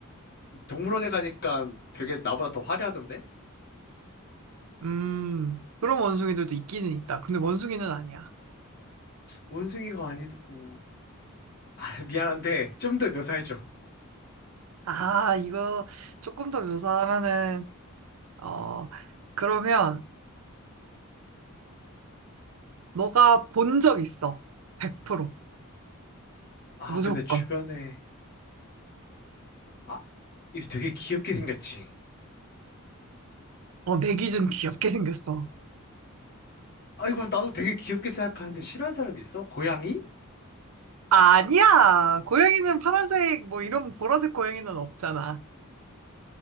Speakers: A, on the left; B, on the right.
A: 동물원에 가니까 되게 나보다 더 화려하던데
B: 음, 그런 원숭이들도 있기는 있다. 근데 원숭이는 아니야.
A: 원숭이가 아니고 아 미안한데 좀 더 묘사해줘
B: 아, 이거 조금 더 묘사하면은, 어, 그러면 너가 본 적 있어. 100%.
A: 아
B: 무조건.
A: 근데 주변에 아 이거 되게 귀엽게 생겼지?
B: 어, 내 기준 귀엽게 생겼어.
A: 아, 이거 나도 되게 귀엽게 생각하는데 싫어하는 사람이 있어? 고양이?
B: 아니야. 고양이는 파란색, 뭐 이런 보라색 고양이는 없잖아.